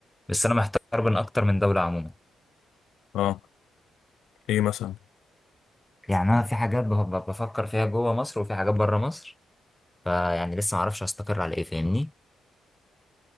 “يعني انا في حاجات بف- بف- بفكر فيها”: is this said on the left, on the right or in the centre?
Centre